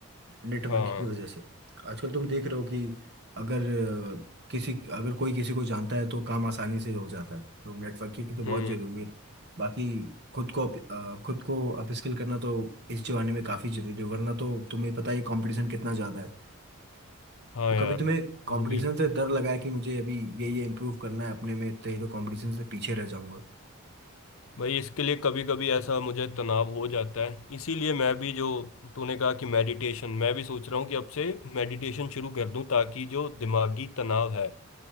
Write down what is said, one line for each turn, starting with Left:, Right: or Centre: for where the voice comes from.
Right: नेटवर्किंग
Left: हाँ
Right: की वजह से आजकल तुम देख रहे हो कि अगर अ, किसी अगर कोई किसी को जानता है तो काम आसानी से हो जाता है तो नेटवर्किंग तो बहुत
Left: हम्म
Right: ज़रूरी है बाकी खुद को अप- अ, खुद को अपस्किल करना तो इस जमाने में काफ़ी ज़रूरी है वरना तो तुम्हें पता ही कंपटीशन कितना ज़्यादा है
Left: हाँ
Right: तो
Left: यार
Right: कभी तुम्हें कंपटीशन
Left: वही
Right: से डर लगा है कि मुझे अभी ये ये इम्प्रूव करना है अपने में तो ये तो कंपटीशन से पीछे रह जाऊंगा
Left: भाई इसके लिए कभी कभी ऐसा मुझे तनाव हो जाता है इसीलिए मैं भी जो तूने कहा कि मेडिटेशन मैं भी सोच रहा हूँ कि अब से मेडिटेशन शुरू कर दूं ताकि जो दिमागी तनाव है